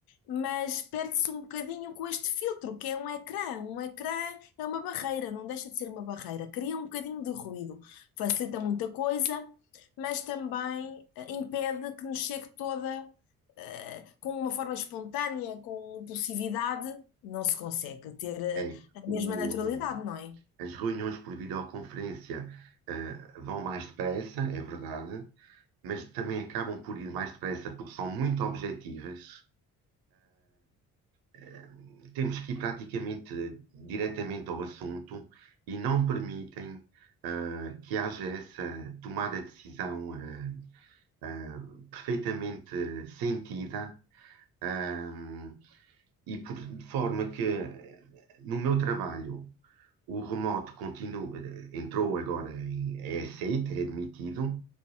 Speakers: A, on the left; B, on the right.
A: mas perde-se um bocadinho com este filtro, que é um ecrã. Um ecrã é uma barreira, não deixa de ser uma barreira, cria um bocadinho de ruído, facilita muita coisa, mas também eh, impede que nos chegue toda, eh, com uma forma espontânea, com impulsividade, não se consegue ter. eh,
B: É,
A: a
B: o,
A: mesma naturalidade, não é?
B: as reuniões por videoconferência, eh, vão mais depressa, é verdade, mas também acabam por ir mais depressa porque são muito objetivas. Ah, temos que ir praticamente diretamente ao assunto e não permitem ah, que haja essa tomada de decisão ah, ah, perfeitamente sentida, ah, e por, de forma que no meu trabalho o remoto continua, entrou agora em, é aceito, é admitido.